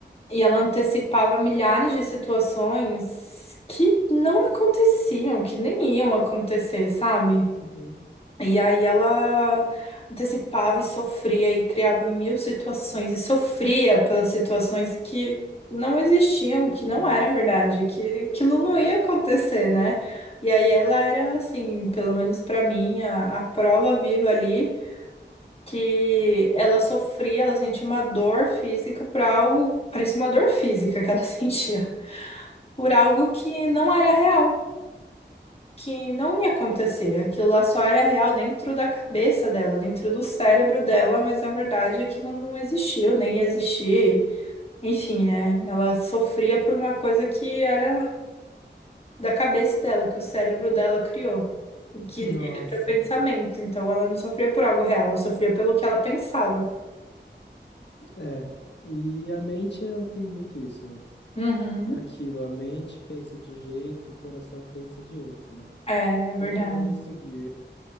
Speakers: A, on the left; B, on the left.
A: E ela antecipava milhares de situações que não aconteciam, que nem iam acontecer, sabe?
B: uhum.
A: E aí ela antecipava e sofria e criava mil situações e sofria pelas situações que não existiam, que não
B: Mas-
A: era verdade, que aquilo não ia acontecer, né? E aí ela era assim, pelo menos pra mim, a, a prova viva ali que ela sofria, ela sentia uma dor física por algo, parecia uma dor física que ela <laughs> sentia, por algo que não era real que não ia acontecer. Aquilo lá só era real dentro da cabeça dela, dentro do cérebro dela, mas na verdade aquilo não existiu, nem ia existir. Enfim, né? Ela sofria por uma coisa que era da cabeça dela, que o cérebro dela criou. o Que
B: Nossa.
A: era o pensamento. Então ela não sofria por algo real, ela sofria pelo que ela pensava.
B: É, e a mente ela tem muito isso, né?
A: Uhum.
B: É aquilo, a mente pensa de jeito, o coração pensa de outro, né?
A: É, é verdade.
B: Quem vamos seguir?